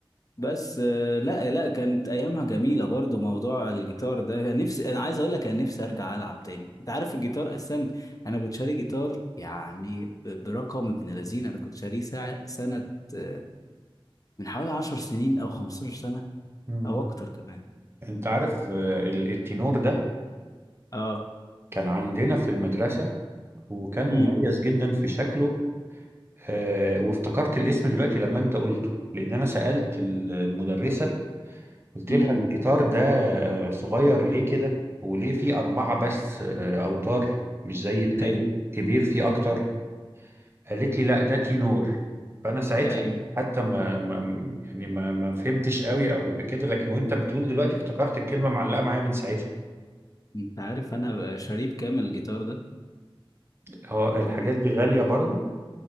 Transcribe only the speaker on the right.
امم
انت عارف آه، ال- التينور ده
كان عندنا في المدرسة وكان مميز
جدا في شكله آه وافتكرت الاسم دلوقتي لما انت قلته لان انا سألت ال- المدرسة قلت
لها الجيتار ده آه، صغير ليه كده وليه فيه أربعة بس آه، أوتار مش زي التاني
كبير فيه أكتر قالت لي لا ده تينور فأنا ساعتها
حتى ما, ما يعني ما, ما فهمتش قوي أو بكده لكن وأنت بتقول دلوقتي افتكرت الكلمة معلقة معايا من ساعتها
هو الحاجات
دي غالية برضو